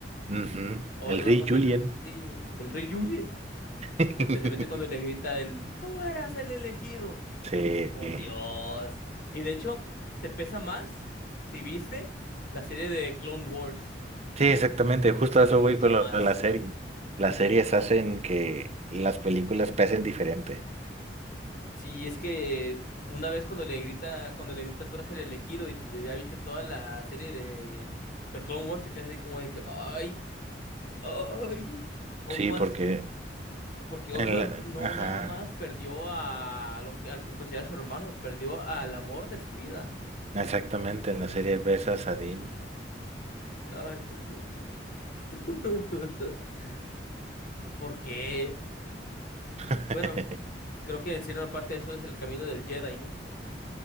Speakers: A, on the right; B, on the left.
A: Ujú,
B: Obi-Wan
A: El Rey
B: cuando
A: Julien.
B: el, sí, el Rey Julien.
A: <laughs>
B: Especialmente cuando le grita el, tú eras el elegido.
A: Sí,
B: Por
A: sí,
B: Dios. Y de hecho, te pesa más, si viste, la serie de Clone Wars.
A: exactamente. Justo
B: Te pesa
A: a eso
B: mucho
A: voy con
B: más.
A: lo de la serie. Las series hacen que las películas pesen diferente.
B: Sí, es que una vez cuando le grita, cuando le grita tú eres el elegido y de- ya viste toda la serie de The Clone Wars, te quedas así como de que, ay, ay, Obi-Wan,
A: Sí, porque
B: sí- porque Obi-Wan
A: en la...
B: no
A: Ajá,
B: nada más perdió a lo que al que considera su hermano, perdió al amor de su vida.
A: exactamente, en la serie besas a Dean.
B: Ay, por Dios. <laughs> ¿Por qué?
A: <laughs>
B: Bueno, creo que en cierta parte eso es el camino del Jedi, ¿no?